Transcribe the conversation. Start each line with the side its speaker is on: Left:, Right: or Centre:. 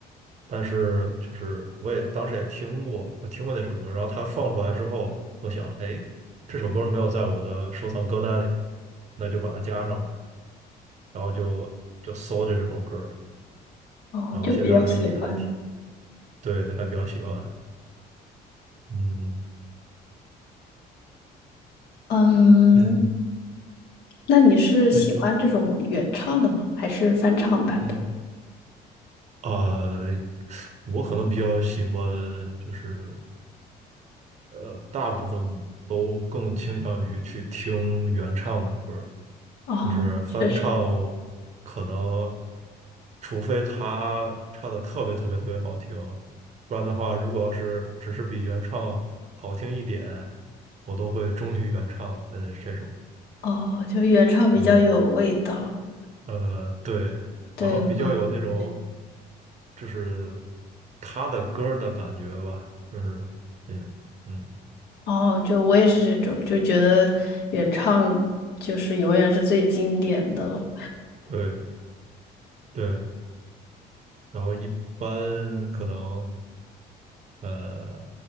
Right: 但是就是我也当时也听过，我听过那首歌，然后他放出来之后，我想，哎，这首歌没有在我的收藏歌单里，那就把它加上吧，然后就就搜着这首歌儿
Left: 哦，
Right: 然后现在还一直在听，
Left: 就比较喜欢。
Right: 对，还比较喜欢，嗯，
Left: 嗯，
Right: 那
Left: 那你是喜欢这种原唱的吗？
Right: 那
Left: 还是翻唱版本？
Right: 那呃，我可能比较喜欢就是呃，大部分都更倾向于去听原唱的歌儿，
Left: 哦，
Right: 就是翻唱，
Left: 确实，
Right: 可能除非他唱的特别特别特别好听，不然的话，如果要是只是比原唱好听一点，我都会忠于原唱的这种。
Left: 哦，就原唱比较有味道。
Right: 呃呃，对，
Left: 对，
Right: 然后比较有那种
Left: 我，对
Right: 就是他的歌儿的感觉吧，就是那种，嗯，
Left: 哦，就我也是这种，就觉得原唱就是永远是最经典的。
Right: 对对。然后一般可能呃，